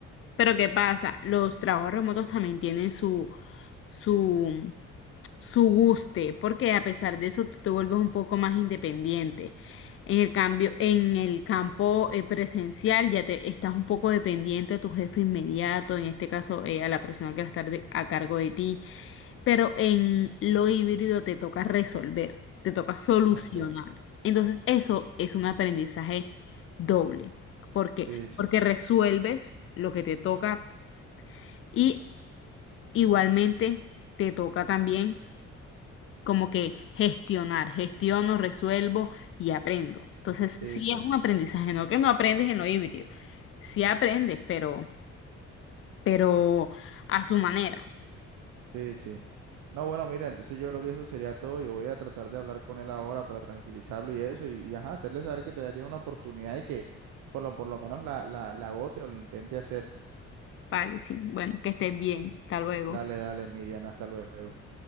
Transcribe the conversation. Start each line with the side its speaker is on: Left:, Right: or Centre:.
Left: Pero ¿qué pasa? Los trabajos remotos también tienen su, su, su guste, porque a pesar de eso tú te vuelves un poco más independiente. En el cambio, en el campo eh, presencial ya te estás un poco dependiente a tu jefe inmediato, en este caso eh, a la persona que va a estar de- a cargo de ti. pero en lo híbrido te toca resolver, te toca solucionar.
Right: Ok,
Left: Entonces, eso es un aprendizaje doble. ¿Por qué?
Right: sí, sí,
Left: Porque resuelves lo que te toca y igualmente te toca también como que gestionar, gestiono, resuelvo y aprendo. Entonces,
Right: sí,
Left: sí
Right: sí,
Left: es un aprendizaje, no que no aprendes en lo híbrido, sí aprendes, pero, pero a su manera.
Right: sí, sí. No, bueno, mira, entonces yo creo que eso sería todo. Yo voy a tratar de hablar con él ahora para tranquilizarlo y eso, y, y, ajá, hacerle saber que todavía tiene una oportunidad y que por lo, por lo menos la, la, la agote o lo intente hacer.
Left: Vale, sí. Bueno, que estés bien. Hasta luego.
Right: Dale, dale, Miriam, hasta luego.